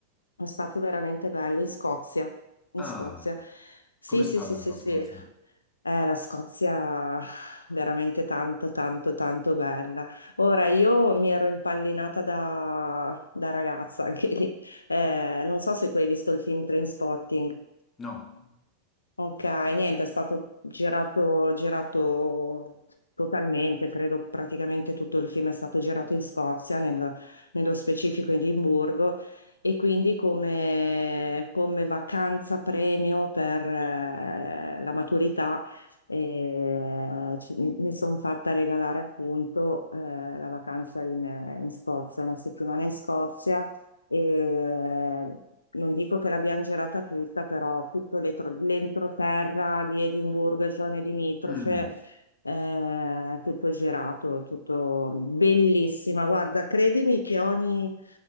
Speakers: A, on the left (about 80°); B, on the left (about 15°).
A: è stato veramente bello in Scozia, in
B: Ah,
A: Scozia. Sì,
B: com'è stata
A: sì, sì, sì,
B: la
A: sì.
B: Scozia?
A: Eh, la Scozia veramente tanto, tanto, tanto bella. Ora, io mi ero impallinata da, da ragazza <laughs> anche lì. Eh, non so se tu hai visto il film Trainspotting.
B: No.
A: Ok, niente, è stato girato, girato totalmente, credo praticamente tutto il film è stato girato in Scozia, nel- nello specifico in Edimburgo, e quindi come, come vacanza premio per eh, la maturità eh, ci- mi sono fatta regalare appunto eh, la vacanza in, in Scozia, una settimana in Scozia e non dico che l'abbiamo girata tutta, però tutto l'etro- l'entroterra di Edimburgo e zone limitrofe,
B: Mm.
A: eh, tutto girato, tutto bellissima. Guarda, credimi che ogni,